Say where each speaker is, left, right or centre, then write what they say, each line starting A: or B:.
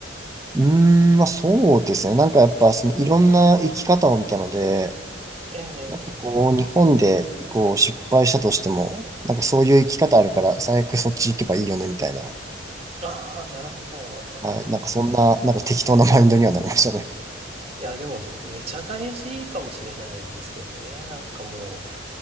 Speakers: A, on the right (about 15°); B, on the right (about 30°).
A: うーん、まあそうですね。なんかやっぱ、そのいろんな生き方を見たので、
B: はい。ええ、ええ、
A: なんかこう、
B: ええ
A: 日本でこう失敗したとしても、なんかそういう生き方あるから、
B: はい。
A: 最悪そっち行けばいいよね、みたいな。
B: ああ、なるほど。あーあー
A: はい。なんかそんな、なんか適当なマインドにはなりましたね。
B: いや、でも、めちゃ大事かもしれないですけどね。なんかもう、